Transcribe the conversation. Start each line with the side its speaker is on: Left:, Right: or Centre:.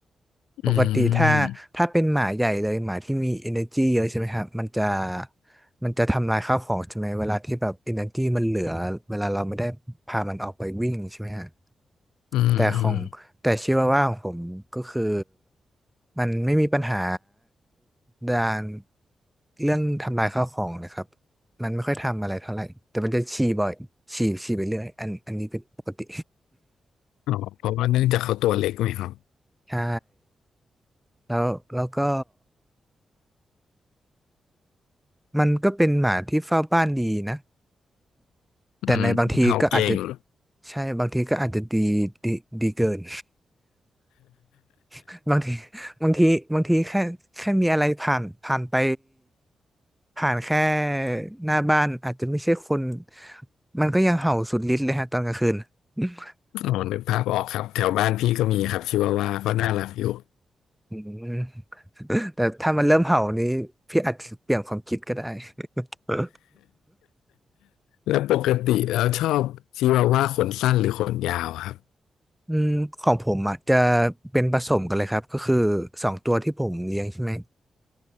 Left: อืม
Centre: ปกติถ้าถ้าเป็นหมาใหญ่เลยหมาที่มี energy เยอะใช่ไหมครับมันจะมันจะทำลายข้าวของใช่ไหมเวลาที่แบบ energy มันเหลือเวลาเราไม่ได้พามันออกไปวิ่งใช่ไหมฮะ
Left: อืมอืม
Centre: แต่ของแต่ชิวาว่าของผมก็คือมันไม่มีปัญหาด้านเรื่องทำลายข้าวของเลยครับมันไม่ค่อยทำอะไรเท่าไหร่แต่มันจะฉี่บ่อยฉี่ฉี่ไปเรื่อยอันอันนี้เป็นปกติ
Left: อ๋อเพราะว่าเนื่องจากเขาตัวเล็กไหมครับ
Centre: <laughs> ใช่แล้วแล้วก็มันก็เป็นหมาที่เฝ้าบ้านดีนะ แต่ในบางทีก็อาจจะ
Left: อืมเห่าเก่ง <laughs>
Centre: ใช่บางทีก็อาจจะดีดีดีเกิน <laughs> บางทีบางทีบางทีแค่แค่มีอะไรผ่านผ่านไปผ่านแค่หน้าบ้านอาจจะไม่ใช่คนมันก็ยังเห่าสุดฤทธิ์เลยฮะตอนกลางคืน <laughs>
Left: อ๋อนึกภาพออกครับแถวบ้านพี่ก็มีครับชิวาว่าก็น่ารักอยู่ <laughs>
Centre: อืม <laughs> แต่ถ้ามันเริ่มเห่านี้พี่อาจจะเปลี่ยนความคิดก็ได้ <laughs>
Left: แล้วปกติแล้วชอบชิวาว่าขนสั้นหรือขนยาวครับ
Centre: อืมของผมอ่ะจะเป็นผสมกันเลยครับก็คือสองตัวที่ผมเลี้ยงใช่ไหม